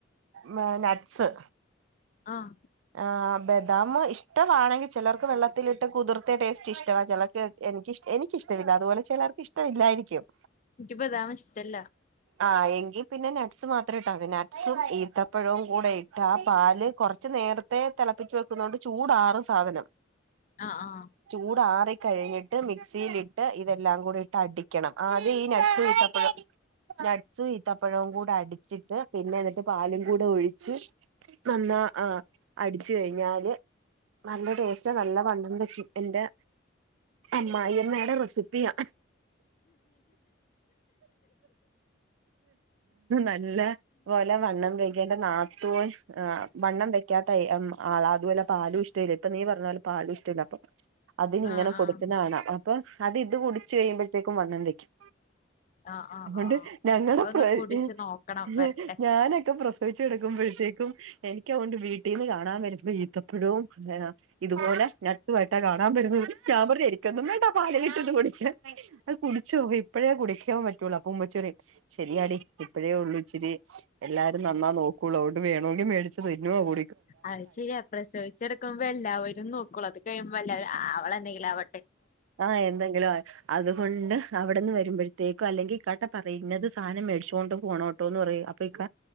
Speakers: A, on the right (about 80°); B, on the left (about 40°).
A: മെ നട്സ്
B: ആഹ്
A: ആ ബദാമ് ഇഷ്ടമാണെങ്കി ചിലർക്ക് വെള്ളത്തിലിട്ട് കുതിർത്ത ടേസ്റ്റ് ഇഷ്ടവാ ചിലർക്ക് എനിക്ക് ഇഷ് എനിക്കിഷ്ടവില്ല അതുപോലെ ചിലർക്ക് ഇഷ്ടവില്ലായിരിക്കും
B: എനിക്ക് ബേദം ഇഷ്ട്ടല
A: ആ എങ്കി പിന്നെ നട്സ് മാത്രം ഇട്ടാ മതി നട്ട്സും ഈത്തപ്പഴവും കൂടെ ഇട്ട് ആ പാല് കുറച്ച് നേര ത്തെ തിളപ്പിച്ച് വെക്കുന്നൊണ്ട് ചൂടാറും സാധനം
B: ആഹ് ആഹ്
A: ചൂട് ആറി കഴികിട്ട് മിക്സിയിലിട്ട് ഇതെല്ലാം കൂടിട്ട് അടിക്കണം ആദ്യം ഈ നട്സു ഈന്തപ്പഴം നട്സ് ഈന്തപ്പഴം കൂടി അടിച്ചി പിന്നെ എന്നട്ട് പാലും കൂടെ ഒഴിച്ച് നന്നാ ആഹ് അടിച്ചു കഴിഞ്ഞാല് നല്ല ടേസ്റ്റ് നല്ല വണംവെക്കും എന്റെ അമ്മായിന്നെ നല്ല റെസിപ്പിയ നല്ല പോലെ വണ്ണം വെഴ് എന്റെ നാത്തൂൻ അഹ് വണ്ണം വെക പിക്കാത്ത എം ആളാ അതുപോലെ പാലും ഇഷ്ടില്ല ഇപ്പ നീ പറഞ്ഞ പോലെ പാലും ഇഷ്ടില്ല അപ്പൊ അതിനിങ്ങനെ
B: ആഹ് ആഹ്
A: കൊടുക്കുന്നകാണം ആ അപ്പൊ അത് ഇത് കുടിച്ച് കഴിയുമ്പോഴത്തേക്കും വണ്ണം വെക്കും
B: ആഹ് ആഹ്
A: അതോണ്ട്
B: ആഹ്
A: ഞങ്ങള
B: ഒന്ന്
A: പ്ര
B: കുടിച്ച് നോക്കണം
A: <unintelligible>
B: വരട്ടെ
A: ഞാനൊക്കെ പ്രശ <unintelligible> ച്ചെടക്കുമ്പോഴത്തേക്കും എനിക്ക്തൊണ്ട് വീ ട്ടിന്ന് കാണാൻ വരുമ്പയ് ഈന്ത പഴവും എന ഇതുപോലെ ഞട്ടുപട്ട കാണു കാണ്ണൻ വരുമ്പ അവര് ഞാൻ പറഞ് എനിക്കൊന്നും വേണ്ടാ പാല് കിട്ടന്ന കുടിച്ച് അത് കുടിച്ചോ ഇപ്പഴേ കുടിക്ക പറ്റുള്ളൂ അപ്പൊ ഉമ്മച്ചി പറെ ശരിയാടി ഇപ്പഴേ ഉള്ളു ഇച്ചിരി എല്ലാരും നന്നാ നോക്കുള്ളു വെണോങ്കി മേടിച്ച് തിന്നോ കു
B: അത് ശരിയാ പ്രസവിച്ചെടുക്കുമ്പോ എല്ലാവരും നോക്കളൂ അത് കഴിയുമ്പോ എല്ലാവരും <unintelligible> അവളെന്തെങ്കിലും അവ
A: ആ എന്തെങ്കിലും അതുകൊണ്ട് അവിടെന്ന് വരുമ്പോഴത്തേക്കും അല്ലെങ്കിൽ ക്കാട്ടെ പറയ് ഇങ്ങനത്തെ സാനം മേടിച്ചോണ്ട് പോണോട്ടോ എന്ന് പറയും അപ്പൊ ഇക്ക